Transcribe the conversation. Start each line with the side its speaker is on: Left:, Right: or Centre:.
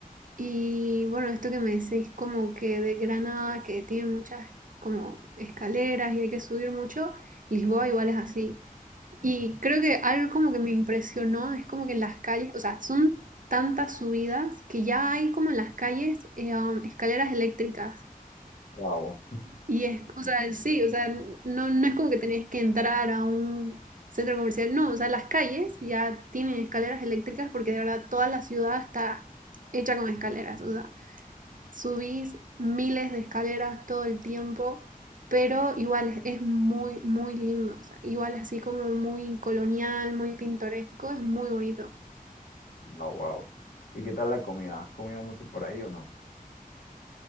Right: y bueno, esto que me decís como que de Granada, que tiene muchas como escaleras y hay que subir mucho, Lisboa igual es así.
Left: Ajá.
Right: Y creo que algo como que me impresionó es como que en las calles, o sea, son tantas subidas que ya hay como en las calles eh, um, escaleras eléctricas.
Left: Wow,
Right: Y es, o sea, sí, o sea, no, no es como que tenés que entrar a un centro comercial, no, o sea, las calles ya tienen escaleras eléctricas porque de verdad toda la ciudad está hecha con escaleras, o sea, subís miles de escaleras todo el tiempo, pero igual es, muy, muy lindo. o sea, igual así como muy colonial, muy pintoresco, es muy bonito.
Left: no, wow. ¿Y qué tal la comida? ¿Has comido mucho por ahí o no?